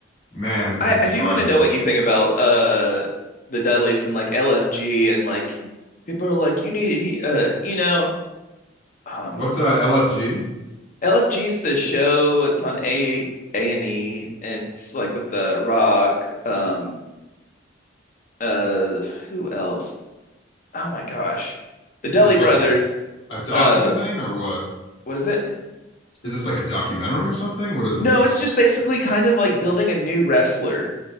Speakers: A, on the left; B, on the left.
A: Man, it's
B: I
A: indescribable.
B: I do want to know what you think about uh the Dudleys and like LFG and like people are like you need he uh you know um
A: What's uh, LFG?
B: LFG's the show it's on A A and E and it's like with the Rock um uh who else? Oh my gosh. The Dudley
A: Is this
B: brothers.
A: like a, a docu
B: Uh
A: thing or what?
B: what is it?
A: Is this like a documentary or something? What is
B: No,
A: this?
B: it's just basically kind of like building a new wrestler.